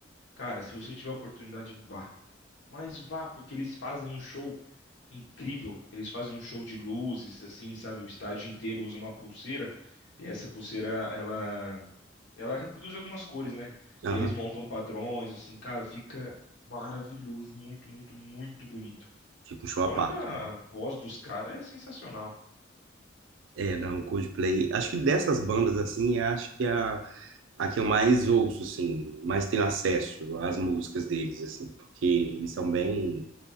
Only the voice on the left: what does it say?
Cara, se você tiver a oportunidade, vá. Mas vá, porque eles fazem um show incrível. Eles fazem um show de luzes, assim, sabe? O estádio inteiro usa uma pulseira. E essa pulseira, ela, ela reproduz algumas cores, né?
E eles montam padrões, assim, cara, fica maravilhoso, muito, muito, muito bonito.
Fora
que a voz dos caras é sensacional.